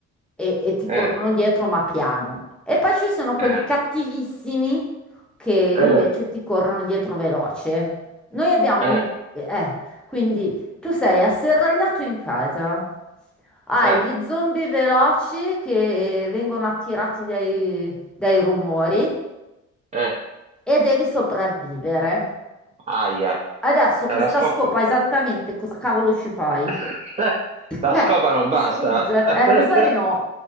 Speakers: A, in the centre; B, on the right.
A: e, e ti
B: Eh,
A: corrono dietro ma piano. E poi ci sono quelli
B: eh,
A: cattivissimi che
B: eh,
A: invece ti corrono dietro veloce. Noi abbiamo
B: eh,
A: il... eh, quindi tu sei asserragliato in casa, hai
B: eh,
A: gli zombie veloci che vengono attirati dai, dai rumori
B: eh.
A: e devi sopravvivere.
B: Aia.
A: Adesso
B: Eh,
A: con
B: la
A: sta
B: scopa...
A: scopa esattamente cosa cavolo ci fai?
B: <laughs>
A: Eh,
B: La scopa non
A: mi
B: basta.
A: sfugge. Eh,
B: <laughs>
A: mi sa di no.